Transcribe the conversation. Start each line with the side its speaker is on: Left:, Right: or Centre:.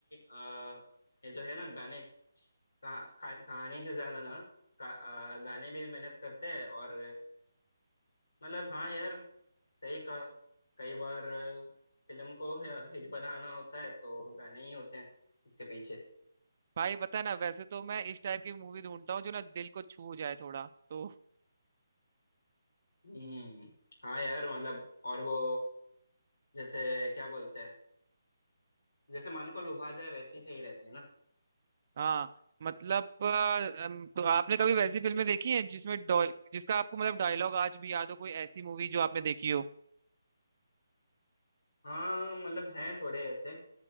Left: आ, ये जो है ना गाने कहा, कहा- कहानी से ज्यादा ना का, अ, गाने भी मेहनत करते हैं और मतलब हाँ यार सही कहा कई बार फिल्म को हिट बनाना होता है तो गाने ही होते हैं उसके पीछे
Right: भाई बता ना वैसे तो मैं इस टाइप की मूवी ढूंढता हूँ जो ना दिल को छू जाए थोड़ा तो
Left: हम्म हाँ यार मतलब और वो जैसे क्या बोलते हैं जैसे मन को लुभा जाए वैसी सही रहती है ना
Right: हाँ मतलब अ, अम, तो आपने कभी वैसी फिल्में देखी हैं जिसमें डॉ- जिसका आपको मतलब डायलॉग आज भी याद हो कोई ऐसी मूवी जो आपने देखी हो
Left: हाँ मतलब हैं थोड़े ऐसे